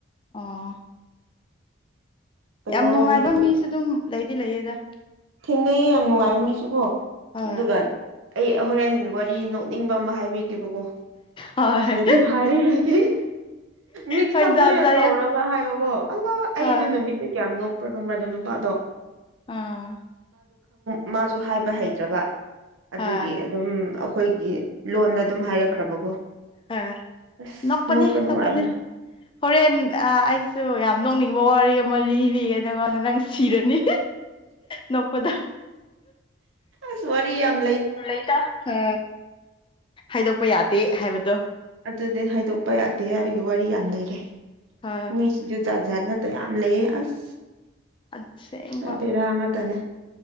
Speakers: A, on the left (about 25°); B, on the right (about 85°).
A: ꯑꯣ
B: ꯀꯩꯅꯣꯔꯣꯝꯗꯒꯤ
A: ꯌꯥꯝ ꯅꯨꯡꯉꯥꯏꯕ ꯃꯤꯁꯨ ꯑꯗꯨꯝ ꯂꯩꯗꯤ ꯂꯩꯌꯦꯗ
B: ꯊꯦꯡꯅꯩꯌꯦ ꯌꯥꯝ ꯅꯨꯡꯉꯥꯏꯔꯝꯃꯤꯁꯨꯀꯣ
A: ꯍꯣꯏ
B: ꯑꯗꯨꯒ ꯑꯩ ꯍꯣꯔꯦꯟ ꯋꯥꯔꯤ ꯅꯣꯛꯅꯤꯡꯕ ꯑꯃ ꯍꯥꯏꯕꯤꯒꯦꯕ ꯑꯣ
A: ꯍꯣꯏ
B: ꯑꯁꯤꯗꯗꯤ ꯍꯥꯏꯔ ꯅꯣꯏꯒꯤ ꯃꯤꯛꯁꯞ
A: ꯍꯣꯏ ꯖꯥꯠ
B: ꯂꯣꯏꯅ
A: ꯖꯥꯠ
B: ꯇꯧꯔꯒ
A: ꯌꯥꯝ
B: ꯍꯥꯏꯕ ꯑꯣ ꯑꯜꯂꯥ ꯑꯩ
A: ꯍꯣꯏ
B: ꯑꯗꯨ ꯅꯨꯃꯤꯠꯇꯨ
A: ꯍꯣꯏ
B: ꯀꯌꯥꯝ ꯅꯣꯛꯄ꯭ꯔꯥ ꯈꯪꯕ꯭ꯔ ꯑꯗꯨ ꯅꯨꯄꯥꯗꯣ
A: ꯑꯥ
B: ꯃꯥꯁꯨ ꯍꯥꯏꯕ ꯍꯩꯇ꯭ꯔꯕ ꯑꯗꯨꯒꯤ
A: ꯍꯣꯏ
B: ꯑꯗꯨꯝ ꯑꯩꯈꯣꯏꯒꯤ ꯂꯣꯟꯗ ꯑꯗꯨꯝ ꯍꯥꯏꯔꯛꯈ꯭ꯔꯦ ꯣ <inaudible>
A: ꯍꯣꯏ
B: ꯑꯁ
A: ꯅꯣꯛꯄꯅꯦ
B: ꯅꯣꯛꯄ ꯅꯨꯡꯉꯥꯏꯕ꯭ꯔꯥ
A: ꯅꯣꯛꯄꯅꯦ ꯍꯣꯔꯦꯟ ꯑꯩꯁꯨ ꯌꯥꯝ ꯅꯣꯛꯅꯤꯡꯕ ꯋꯥꯔꯤ ꯑꯃ ꯂꯤꯔꯤꯌꯦ ꯅꯉꯣꯟꯗ ꯅꯪ ꯁꯤꯔꯅꯤ ꯅꯣꯛꯄꯗ
B: ꯑꯁ ꯋꯥꯔꯤ ꯌꯥꯝ
A: ꯂꯩꯗ ꯎ ꯍꯥꯏꯗꯣꯛꯄ ꯌꯥꯗꯦ ꯍꯥꯏꯕꯗꯣ
B: ꯑꯗꯨꯅꯦ ꯍꯥꯏꯗꯣꯛꯄ ꯌꯥꯗꯦ ꯍꯥꯏꯕꯒꯤ ꯋꯥꯔꯤ ꯌꯥꯝ ꯂꯩꯔꯦ
A: ꯑ
B: ꯃꯤꯁꯤꯡꯁꯨ ꯑꯣꯖꯥꯠ ꯉꯥꯛꯇ ꯌꯥꯝ ꯂꯩꯌꯦ ꯑꯁ
A: ꯑꯁꯦꯡꯕ
B: ꯍꯥꯏ ꯦꯔꯥ ꯉꯥꯛꯇꯅꯦ